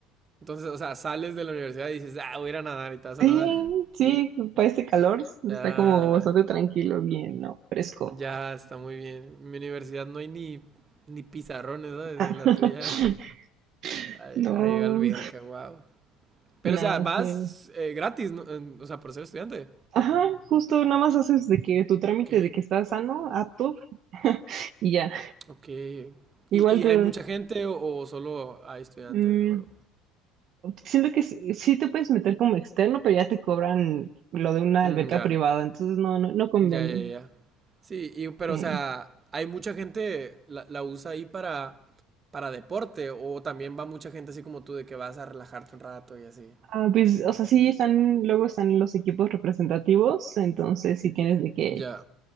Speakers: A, on the right; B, on the right.
A: Entonces, o sea, sales de la universidad y dices, ah, voy a ir a nadar y te vas
B: Sí,
A: a nadar. <laughs>
B: sí, para este calor
A: Ya,
B: está como bastante tranquilo, bien, ¿no? Fresco.
A: ya está muy bien. En mi universidad no hay ni, ni pizarrones, ¿sabes?
B: Ah,
A: En la tuya hay,
B: <laughs>
A: hay,
B: no,
A: hay alberca, wow. Pero,
B: nada,
A: o sea, vas
B: sí.
A: eh, gratis, ¿no? En- O sea, por ser estudiante.
B: Ajá, justo nada más haces de que tu trámite
A: Ok,
B: de que estás sano, apto, <laughs> y ya.
A: ok.
B: Igual
A: ¿Y, y
B: te,
A: hay mucha gente o, o solo hay estudiantes
B: mm,
A: o algo?
B: siento que sí sí te puedes meter como externo, pero ya te cobran lo de una
A: Mm,
B: alberca
A: ya,
B: privada, entonces no, no, no conviene.
A: ya, ya, ya. Sí, y, pero
B: Sí.
A: o sea, hay mucha gente la, la usa ahí para, para deporte o también va mucha gente así como tú de que vas a relajarte un rato y así.
B: Ah, pues, o sea, sí están, luego están los equipos representativos, entonces sí tienes de que
A: Ya,